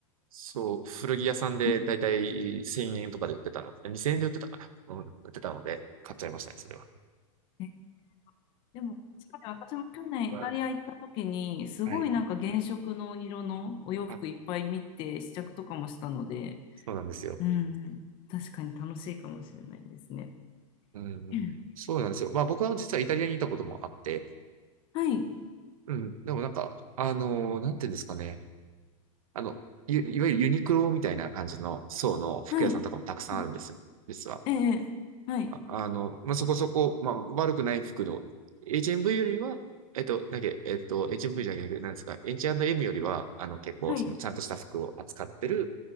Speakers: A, on the right (about 80°); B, on the left (about 30°).
A: そう、古着屋さんでだいたい1000円とかで売ってたの。
B: うん
A: 2000円で売ってたかな。うん、売ってたので、買っちゃいましたね、それは。
B: ねでも、確かに私も去年イタリア行った時に、
A: は
B: すごいなんか原色の色のお洋服いっぱい見て試着とかもしたので、
A: い。あ、そうなんですよ。
B: うんうん、確かに楽しいかもしれないですね。
A: うん。
B: うん
A: そうなんですよ。まあ僕は実はイタリアにいたこともあって、
B: はい、
A: うん。でもなんか、あのーなんていうんですかね。あの、い、いわゆるユニクロみたいな感じの層の服屋さんとかもたくさんあるんですよ。
B: はい、うん
A: 実は。
B: ええ、はい、
A: あ、あの、まあ、そこそこ、まあ、悪くない服の、HMV よりは、えっと、だけ、えっと、HMV じゃなくて、何ですか、H&M よりは、あの、結構、
B: はい、
A: その、ちゃんとした服を扱ってる